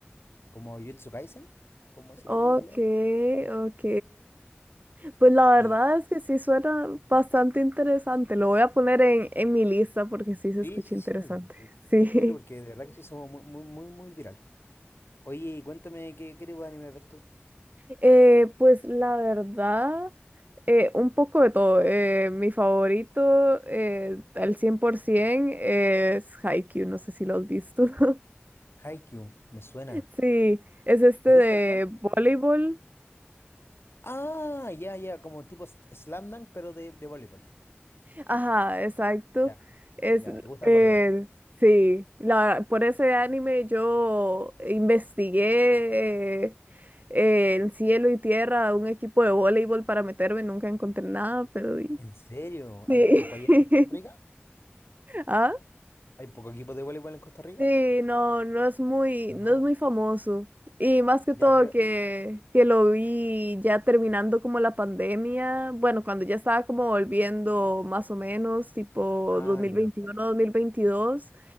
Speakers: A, on the left; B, on the right.
A: como Jujutsu Kaisen, como ese
B: Ok,
A: tipo de peleas.
B: ok. Pues la verdad
A: Y
B: es que sí suena bastante interesante. Lo voy a poner en, en mi lista porque sí se
A: sí,
B: escucha
A: sí,
B: interesante.
A: sí,
B: Sí.
A: tenéis que verlo porque
B: <laughs>
A: de verdad que sí somos muy, muy, muy, muy viral. Oye, y cuéntame, ¿qué, qué tipo de anime ves tú?
B: Eh, pues la verdad, eh, un poco de todo. Eh, mi favorito eh, al 100% es Haikyuu. No sé si lo has visto. <laughs>
A: Haikyuu, me suena.
B: Sí, es este
A: ¿De
B: de
A: qué se trata?
B: voleibol.
A: Ah, ya, ya, como tipo s- Slam Dunk, pero de, de voleibol.
B: Ajá, exacto.
A: Ya,
B: Es,
A: ya, ¿te gusta
B: eh,
A: el voleibol?
B: sí, la, por ese anime yo investigué eh, eh, en cielo y tierra un equipo de voleibol para meterme, nunca encontré nada, pero di-
A: ¿En serio?
B: sí.
A: ¿Hay poco allá
B: <laughs>
A: en Costa Rica?
B: ¿Ah?
A: ¿Hay poco equipo de voleibol en Costa Rica?
B: Sí, no, no es muy, no
A: Ah,
B: es muy famoso. Y más que
A: ya,
B: todo
A: pero...
B: que, que lo vi ya terminando como la pandemia, bueno, cuando ya estaba como volviendo más o menos, tipo
A: Ah,
B: 2021,
A: ya.
B: 2022.